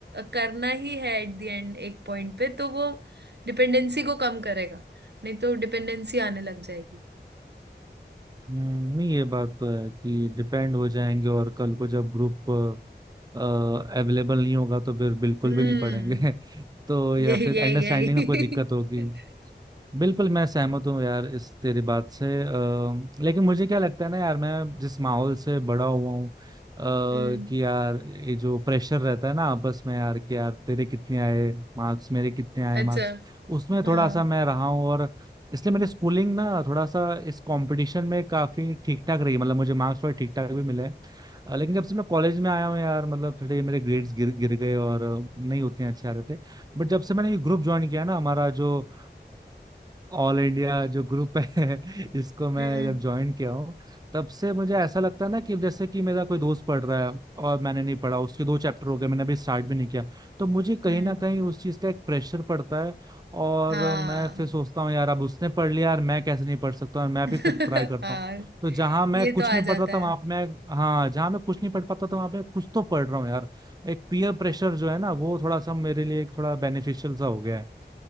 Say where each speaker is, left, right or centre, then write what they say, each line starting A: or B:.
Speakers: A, on the right; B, on the right.
A: करना ही है एट द एंड एक पॉइंट पे तो वो डिपेंडेंसी को कम करेगा नहीं तो डिपेंडेंसी आने लग जाएगी
B: हम्म, नहीं ये बात तो है कि डिपेंड हो जाएंगे और कल को जब ग्रुप अवेलेबल नहीं होगा तो फिर बिल्कुल
A: हम्म
B: भी नहीं पढ़ेंगे <laughs> तो या
A: यही
B: फिर
A: यही
B: अंडरस्टैंडिंग
A: यही
B: में कोई दिक्कत होगी
A: <laughs>
B: बिल्कुल मैं सहमत हूँ यार इस तेरी बात से अ, लेकिन मुझे क्या लगता है ना यार मैं जिस माहौल से बड़ा हुआ हूँ अ, कि
A: हम्म
B: यार ये जो प्रेशर रहता है ना आपस में यार कि यार तेरे कितने आए मार्क्स मेरे कितने आए
A: अच्छा
B: मार्क्स उसमें
A: हाँ
B: थोड़ा सा मैं रहा हूँ और इसलिए मेरी स्कूलिंग ना थोड़ा सा इस कंपटीशन में काफी ठीक ठाक रही मतलब मुझे मार्क्स थोड़े ठीक ठाक भी मिले हैं। अ, लेकिन जब से मैं कॉलेज में आया हूँ यार मतलब थोड़े मेरे ग्रेड्स गिर गिर गए और अ, नहीं उतने अच्छे आ रहे थे बट जब से मैंने ये ग्रुप ज्वाइन किया ना हमारा जो ऑल इंडिया जो ग्रुप है <laughs> इसको मैं
A: हम्म
B: जब ज्वाइन किया हूँ तब से मुझे ऐसा लगता है ना कि जैसे कि मेरा कोई दोस्त पढ़ रहा है और मैंने नहीं पढ़ा उसके दो चैप्टर हो गए मैंने अभी स्टार्ट भी नहीं किया तो मुझे कहीं
A: हम्म
B: ना कहीं उस चीज़ का एक प्रेशर पड़ता है और
A: हाँ
B: मैं फिर सोचता हूँ यार अब उसने पढ़ लिया यार मैं कैसे नहीं पढ़ सकता और मैं
A: <laughs>
B: भी फिर ट्राई करता
A: हाँ
B: हूँ तो जहां मैं
A: ये
B: कुछ
A: तो आ
B: नहीं
A: जाता
B: पढ़ता
A: है
B: था वहां पे मैं हाँ जहां मैं कुछ नहीं पढ़ पाता था वहां पे कुछ तो पढ़ रहा हूँ यार एक पीयर प्रेशर जो है ना वो थोड़ा सा मेरे लिए एक थोड़ा बेनिफिशियल सा हो गया है